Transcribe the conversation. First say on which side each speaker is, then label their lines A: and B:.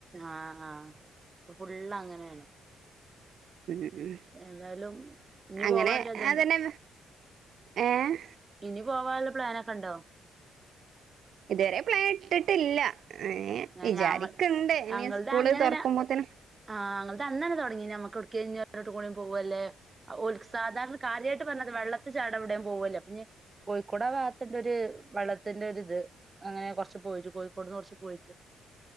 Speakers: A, on the right; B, on the right.
A: ആഹ് ആഹ് അപ്പൊ ഫുള്ള് അങ്ങനെയാണ്
B: ഉം ഉം
A: ഏതായാലും ഇഞ്ഞ്
B: അങ്ങനെ
A: പോവാനുള്ള ഇതുണ്ടോ
B: അതന്നെ ഏഹ്?
A: ഇനി പോവാനുള്ള പ്ലാനൊക്കെ ഉണ്ടോ?
B: ഇതരെ പ്ലാൻ ഇട്ടിട്ടില്ല എഹ്
A: ഞ
B: വിചാരിക്കുണ്ട്
A: ഞമ്മ
B: ഇനി
A: ഞങ്ങൾത്
B: സ്കൂള്
A: അങ്ങനെ
B: തുറക്കുമ്പോത്തന്
A: ആഹ് ങ്ങൾതന്നന്നെ തുടങ്ങി നമക്ക്ടക്ക <unintelligible> പോവല്ലേ ഓല്ക് സാധാരണ കാര്യമായിട്ട് പറഞ്ഞത് വെള്ളത്തി ചാട എവിടൻ പോവല്ലേ പിന്നെ കോഴിക്കോടാ ഭാഗത്ത്ണ്ട് ഒരു വെള്ളത്തിന്റെ ഒരിത് അങ്ങനെ കൊർച്ച് പോയിട്ട് കോഴിക്കോട്ന്ന് കൊർച്ച് പോയിട്ട്,